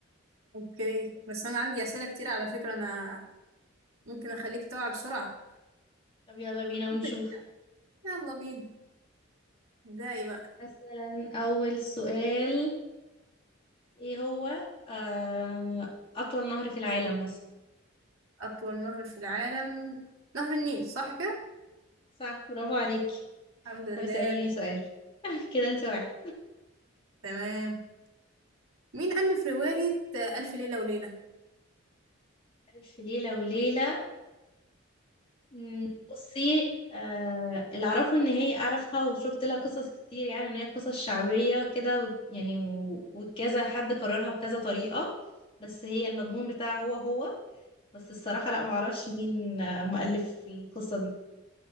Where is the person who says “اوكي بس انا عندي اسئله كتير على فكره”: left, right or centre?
Right